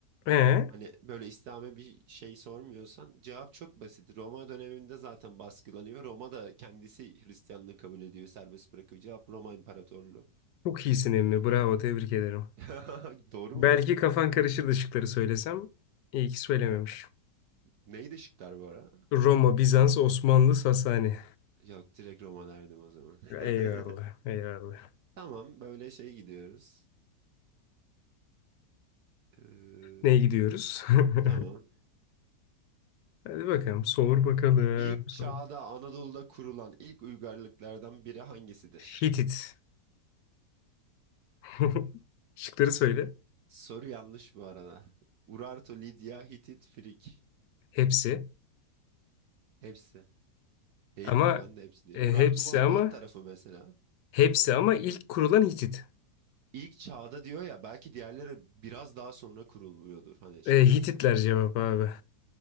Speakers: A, on the left (about 75°); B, on the right (about 65°).
A: Ee,
B: hani böyle İslam'a bir şey sormuyorsan cevap çok basit. Roma döneminde zaten baskılanıyor. Roma da kendisi Hristiyanlığı kabul ediyor, serbest bırakıyor. Cevap Roma İmparatorluğu.
A: çok iyisin emmi. Bravo, tebrik ederim.
B: <laughs> Doğru
A: Belki
B: mu?
A: kafan karışırdı şıkları söylesem. İyi ki söylememiş.
B: Neydi şıklar bu ara?
A: Roma, Bizans, Osmanlı, Sasani.
B: Yok direkt Roma derdim o zaman. <laughs>
A: Eyvallah, eyvallah.
B: Tamam böyle şey gidiyoruz. Ee,
A: Neye gidiyoruz? <laughs>
B: tamam.
A: Hadi bakalım. Sor bakalım.
B: İlk
A: Sor.
B: çağda Anadolu'da kurulan ilk uygarlıklardan biri hangisidir?
A: Hitit. <laughs> Şıkları söyle.
B: Soru yanlış bu arada. Urartu, Lidya, Hitit, Frik.
A: Hepsi.
B: Hepsi. Değil
A: Ama
B: mi? Ben de hepsi değil.
A: e,
B: Urartu
A: hepsi
B: Va-
A: ama
B: Van tarafı mesela.
A: hepsi ama ilk kurulan Hitit.
B: İlk çağda diyor ya belki diğerleri biraz daha sonra kurulmuyordur. Hani şeyden
A: E, Hititler
B: sonra.
A: cevap abi.